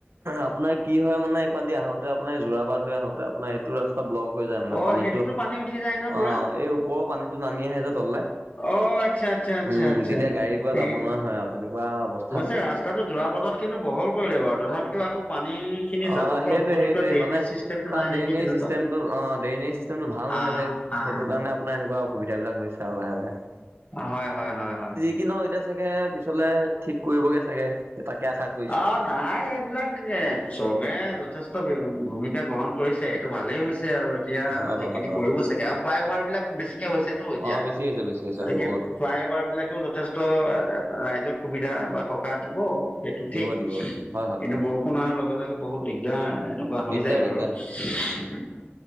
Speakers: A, on the right (about 80°); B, on the left (about 40°).
A: আপোনাৰ কি হয় মানে এইফালি আহোঁতে আপোনাৰ যোৰাবাট হৈ আহোঁতে আপোনাৰ এইটো ৰাস্তা। ব্লক হৈ যায় মানে
B: অ
A: পানীটো
B: সেইটোতো পানী উঠি যায় ন পুৰা
A: অ এই ওপৰৰ পানীতটো নামি আহে যে তললে।
B: অ আচ্ছা আচ্ছা আচ্ছা
A: উম
B: আচ্ছা
A: তেতিয়া গাড়ী গুৰা যাব
B: এই
A: নোৱাৰা হয় আৰু তেনেকুৱা অৱ
B: অৱশ্যে ৰাস্তাটো যোৰাবাটত কিন্তু বহল কৰিলে বাৰু, তথাপিতো আকৌ পানী খিনি
A: অ,
B: যাব পৰা
A: সেইটোৱে,
B: উপযুক্ত
A: সেইটোৱে,
B: ড্ৰেইনেজ
A: মানে
B: চিষ্টেমটো
A: তাত
B: নাই নেকি
A: ড্ৰেইনেজ
B: তেনেকুৱা
A: চিষ্টেমটো অ, ড্ৰেইনেজ চিষ্টেমটো ভাল
B: আহ
A: নহয় যে।
B: আহ
A: সেইটো কাৰণে আপোনাৰ এনেকুৱা অসুবিধা বিলাক হৈছে আৰু লাহে-লাহে।
B: হয়, হয়, হয়, হয়।
A: কি <unintelligible> এতিয়া চাগে পিছলে ঠিক কৰিবগে চাগে। তাকে আশা কৰি
B: অ, নাই, এইবিলাক <unintelligible> চৰকাৰে যথেষ্ট ভূমিকা গ্ৰহণ কৰিছে, এইটো ভালেই হৈছে। আৰু এতিয়া
A: হয় বাৰু
B: সেইখিনি
A: হয় বাৰু
B: কৰিব চাগে, আৰু ফ্লাই অভাৰ বিলাক বেছিকে হৈছেতো এতিয়া।
A: অ', বেছি হৈছে বেছি আছে,
B: গতিকে
A: অ, বহুত।
B: ফ্লাই অভাৰ বিলাকেও যথেষ্ট ৰাইজক সুবিধা বা সকাহ দিব। সেইটো
A: দিব
B: ঠিক,
A: দিব
B: কিন্তু
A: হয় হয়
B: বহু ফোন অহাৰ লগে-লগে বহুত দিগদাৰ, এনেকুৱা
A: দিগদাৰ
B: হৈ যায় বাৰু।
A: দিগদাৰ